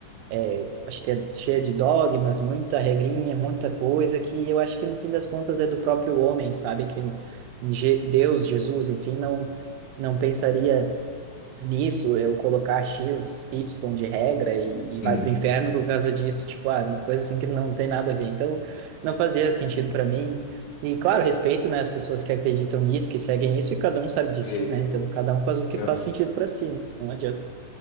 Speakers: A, on the right; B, on the left.
A: é, acho que é cheia de dogmas, muita regrinha, muita coisa que eu acho que no fim das contas é do próprio homem, sabe? Que Je- Deus, Jesus, enfim, não não pensaria nisso, eu colocar X, Y de regra e, e
B: Indo-
A: vai pro inferno por causa disso, tipo, ah, umas coisas assim que não tem nada a ver. Então, não fazia sentido para mim. E, claro, respeito, né, as pessoas que acreditam nisso, que seguem isso, e cada um sabe de si,
B: Eu
A: né? Então, cada um faz o que
B: ia
A: faz sentido para si, né? Não adianta.